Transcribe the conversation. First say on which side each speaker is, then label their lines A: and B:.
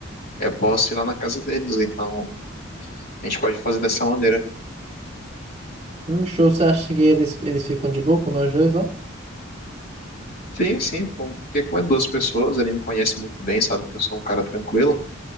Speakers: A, on the left (about 45°); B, on the right (about 30°).
A: eu posso ir lá na casa deles. Então, a gente pode fazer dessa maneira.
B: hum, show. Você acha que eles, eles ficam de boa com nós dois lá?
A: Sim, sim, com- porque como é duas pessoas, ele me conhece muito bem, sabe que eu sou um cara tranquilo,